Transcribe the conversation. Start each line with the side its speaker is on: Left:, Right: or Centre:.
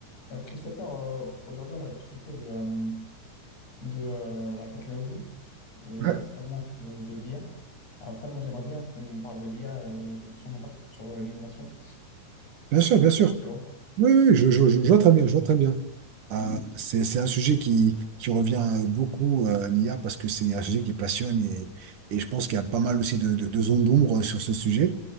Left: Alors Christopher, euh, aujourd'hui on va discuter de, euh, de euh, la technologie et
Right: Ouais,
Left: principalement de, de l'IA. Après moi j'aimerais bien qu'on parle de l'IA et de son impact sur euh, l'innovation,
Right: bien sûr, bien sûr.
Left: tu vois.
Right: Oui, oui, je, je, je- je vois très bien, je vois très bien. Euh,
Left: Mm.
Right: c'est, c'est un sujet qui, qui revient euh, beaucoup euh, à l'IA parce que c'est un sujet qui passionne et, et je pense qu'il y a pas mal aussi de, de, de zones d'ombre sur ce sujet.